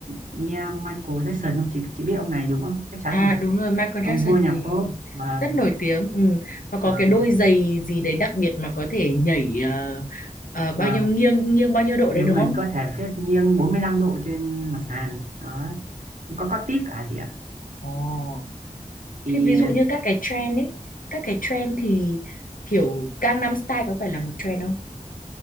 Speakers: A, on the right; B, on the left.
A: chị nghe Michael Jackson không chị chị biết ông này đúng không chắc chắn
B: À
A: rồi
B: đúng rồi, Michael
A: ông
B: Jackson
A: vua nhạc
B: thì
A: pop và
B: rất nổi tiếng. Ừ. Và có
A: và
B: cái đôi giày gì đấy đặc biệt mà có thể nhảy ờ, ờ, bao
A: và
B: nhiêu nghiêng nghiêng bao nhiêu độ
A: đúng
B: đấy đúng
A: rồi
B: không?
A: có thể phép nghiêng 45 độ trên mặt sàn đó có có tip cả chị ạ
B: Ồ.
A: thì
B: Thế ví dụ như các cái trend ấy, các cái trend thì kiểu Gangnam Style có phải là một trend không?